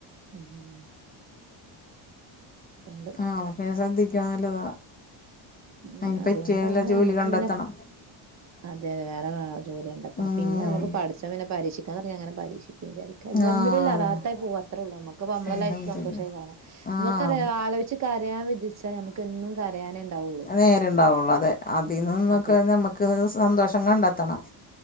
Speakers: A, on the right; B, on the left.
A: ഉം ഉം ഉണ്ട്
B: ആ അവർക്ക് പിന്നെ ശ്രദ്ധിക്കാൻ നല്ലതാ
A: അങ്ങനെ
B: അയിന്
A: അതുകൊണ്ടാണ്
B: പറ്റിയ വല്ല ജോലി
A: നമ്മക്ക്
B: കണ്ടെത്തണം
A: ഇങ്ങനെ അതെ അതെ വേറെ ജോലി കണ്ടത്തണം
B: ഉം
A: പിന്നെമുക്ക് പട്ച്ചോൻ പിന്നെ പരീഷിക്കാതോട്ങ്ങിയാ അങ്ങനെ പരീഷിക്കും വിചാരിക്കും അൽഹംദുലില്ലാഹ്
B: ആഹ് അതന്നെ
A: റാത്തായി പോവാ അത്രേ ഉള്ളൂ മ്മക്ക് പൊ മ്മള
B: അൽഹംദുലില്ലാ
A: ലൈഫ് സന്തോഷായി കാണ്
B: ആഹ്
A: നമുക്കറിയ
B: അതെ
A: ആലോചിച്ച് കരയാൻ വിധിച്ചാൽ നമുക്ക് എന്നും കരയാനേ ഉണ്ടാവുള്ളൂ
B: നേരെണ്ടാവുള്ളു അതെ അതിൽ നിന്നൊക്കെ
A: അതെ
B: നമ്മുക്ക് സന്തോഷം കണ്ടെത്തണം